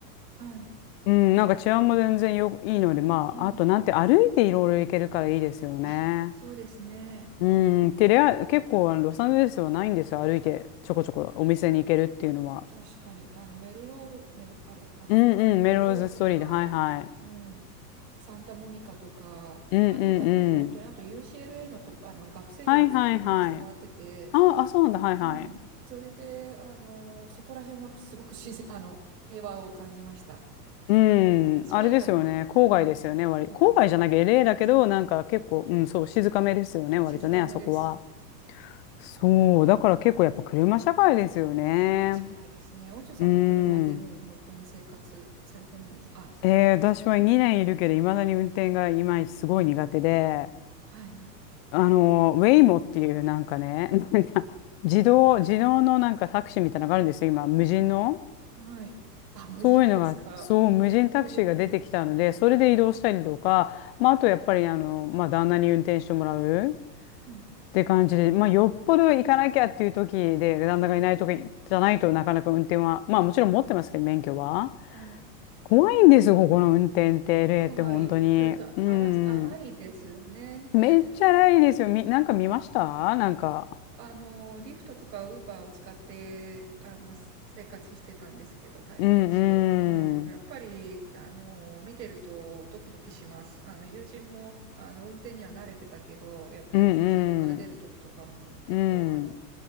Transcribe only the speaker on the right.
はい。
うん。
あ、そうですね。
確かに、あの、メルロー、メル、あれ合ってるかな。
メルローズとか、
うん、サンタモニカとか、
歩いたのは本当に、あと UCLA のとこ、あの、学生寮に泊まらせてもらってて、
うん、それで、あの、そこら辺はすごく自然、あの、平和を感じました。
それ以外は本当に、
うん、
郊外の、
静かめです。
もう、
から社会ですね。オチョさんも車でもう本当に生活されてるんです。
あ、
あの
はいはい。
はい。あ、無人ですか。
テレビで見たことあるけど。
はい。
うん。
はい。
怖い。
というか、
荒荒いですよね。
あの、リフトとかウーバーを使って、あの、生活してたんですけど、滞在中。
うん。やっぱり、
あの、見てるとドキドキします。あの、友人も、あの、運転には慣れてたけど、やっぱり駐車場から出るときとかも結構、
あの、